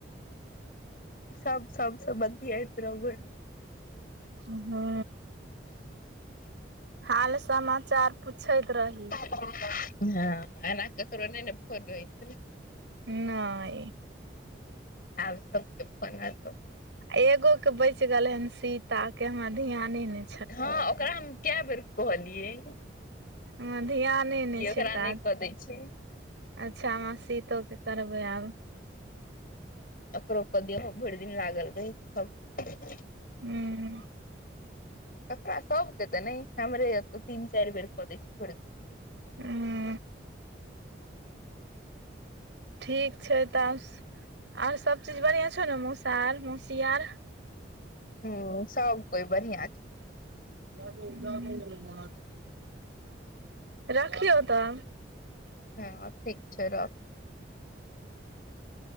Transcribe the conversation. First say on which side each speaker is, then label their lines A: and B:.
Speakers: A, on the left; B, on the right.
A: सब सभसे बतियत रहु भर दिन
B: हँ हाल समाचार पूछैत रही
A: <unintelligible> हँ ओना ककरो नहि ने फोन हो
B: नहि
A: आब सबके फोन आएब
B: एगो के बच गेल हन सीता केहमरा ध्यान ने
A: हँ ओकरा हम काय बेर कहलियए
B: हमरा ध्याने नहि
A: ओकरा
B: छै काज
A: नहि कऽ दै छै
B: अच्छा हम शीतोके करबै आब
A: एकरो पर देहो भरि दिन लागल रहै सब
B: हू
A: ककरा सबके तऽ नहि हमरे त तीन चारि बेर कऽ दै छी भरि दिन
B: हू ठीक छैय ताउस आर सब चीज बढ़िआँ छौ न मौसा आर मौसी आर
A: हे सब कोइ बढ़िआँ छै
B: हू रखियौ तऽ
A: हँ ठीक छै रख
B: <unintelligible>